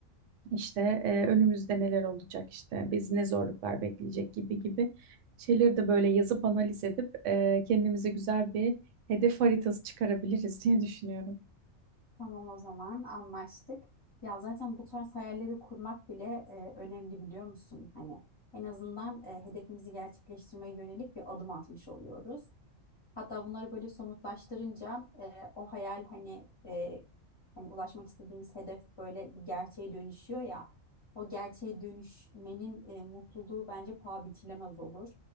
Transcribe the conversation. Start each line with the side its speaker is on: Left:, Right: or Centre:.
Right: İşte e, önümüzde neler olacak işte biz ne zorluklar bekleyecek gibi gibi şeyleri de böyle yazıp analiz edip e, kendimize güzel bir hedef haritası çıkarabiliriz <laughs> diye düşünüyorum.
Left: Tamam o zaman anlaştık. Ya zaten bu tarz hayalleri kurmak bile e, önemli biliyor musun? Hani en azından e, hedefimizi gerçekleştirmeye yönelik bir adım atmış oluyoruz. Hatta bunları böyle somutlaştırınca e, o hayal hani e, hani ulaşmak istediğimiz hedef böyle bir gerçeğe dönüşüyor ya. O gerçeğe dönüşmenin e, mutluluğu bence paha biçilemez olur.